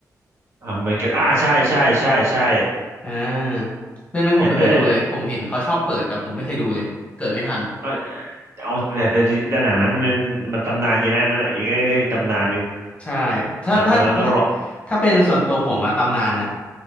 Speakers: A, on the right (about 45°); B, on the left (about 20°).
A: อ่าไม่เกิดอ่าใช่ใช่ใช่ใช่
B: อ่าเรื่องนั้นผมไม่เคยดูเลยผมเห็นเขาชอบเปิดแต่ผมไม่เคยดูเลยเกิดไม่ทัน
A: ไอ้แต่น่ะเออเอาแต่แต่แต่แต่หนังนั้นมันมันตำนานจริงนะอันนั้นอะอีกก็ตำนานหนึ่ง
B: ใช่ถ้าถ้าถ้า
A: แล้วแล้วต้องลอง
B: ถ้าเป็นส่วนตัวผมอะตำนานอะ